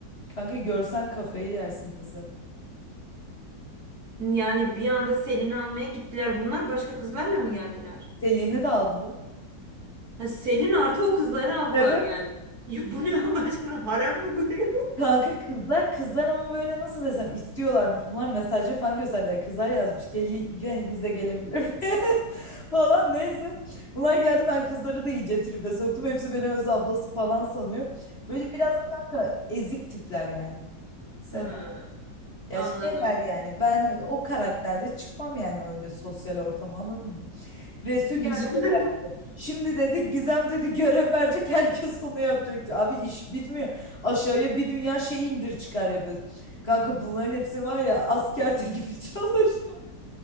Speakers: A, on the left; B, on the right.
A: Kanka görsen kafayı yersin kızları.
B: Yani bir anda Selin'i almaya gittiler. Bunlar başka kızlarla mı geldiler?
A: Selin'i de aldılar.
B: Ha, Selin artı o kızları aldılar
A: Evet.
B: geldi. <laughs> Ya bu ne Allah aşkına harem mi kuruyor?
A: Kanka kızlar kızlar ama böyle nasıl desem istiyorlarmış. Bunlar mesajı falan gösterdiler. Kızlar yazmış. Gel, yani bize gelebilir mi?" <laughs> falan neyse. Bunlar geldi ben kızları da iyice tribe soktum. Hepsi beni öz ablası falan sanıyor. Böyle biraz da kanka ezik tipler yani. Seda.
B: <laughs>
A: Ya
B: Ha. Anladım.
A: şeyler yani ben o karakterde çıkmam yani öyle sosyal ortama anladın mı? Resul
B: <laughs>
A: geldi böyle Şimdi dedi Gizem dedi görev verecek herkes onu yapacak. Abi iş bitmiyor. Aşağıya bir dünya şey indir çıkar yapıyoruz. Kanka bunların hepsini var ya askerde gibi <laughs> çalıştım.